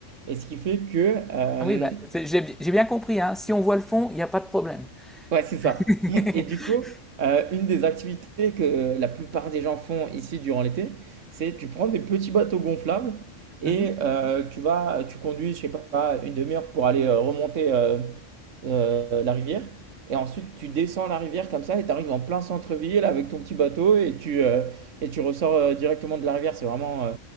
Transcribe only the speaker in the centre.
Ah oui, bah, c'est- j'ai bi- j'ai bien compris, hein. Si on voit le fond, il n'y a pas de problème.
<laughs>
Mhm.